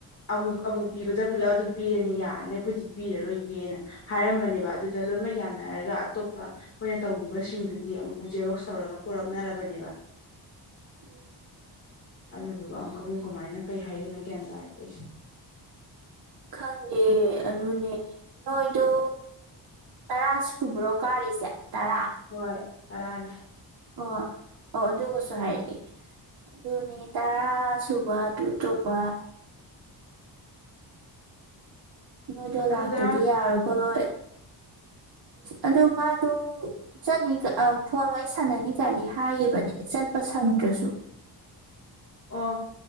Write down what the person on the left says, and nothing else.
ꯑꯃꯨꯛ ꯑꯃꯨꯛ ꯄꯤꯕꯗ ꯄꯨꯜꯂꯞ ꯑꯗꯨꯝ ꯄꯤꯔꯅꯤ ꯌꯥꯔꯅꯤ ꯑꯩꯈꯣꯏꯖꯤ ꯄꯤꯔꯔꯣꯏꯒꯦꯅ ꯍꯥꯏꯔꯝꯕꯅꯦꯕ ꯑꯗꯨꯗ ꯂꯣꯏꯅꯃꯛ ꯌꯥꯅ ꯍꯥꯏꯔꯒ ꯑꯇꯣꯞꯄ ꯑꯩꯈꯣꯏꯅ ꯇꯧꯈꯤꯕꯁꯤꯡꯗꯨꯗꯤ ꯑꯃꯨꯛ ꯖꯦꯔꯣꯛꯁ ꯇꯧꯔꯒ ꯄꯨꯔꯛꯅꯔꯕꯅꯦꯕ
ꯑꯗꯨꯗꯨꯒ ꯑꯃꯨꯛꯀ ꯑꯃꯨꯛ ꯀꯃꯥꯏꯅ ꯀꯩ ꯍꯥꯏꯔꯤꯣꯏꯅꯣ ꯒ꯭ꯌꯥꯟ ꯇꯥꯔꯦ ꯑꯩꯁꯦ
ꯍꯣꯏ ꯇꯔꯅꯤ
ꯑꯗꯨ
ꯇꯔꯥ
ꯑꯣ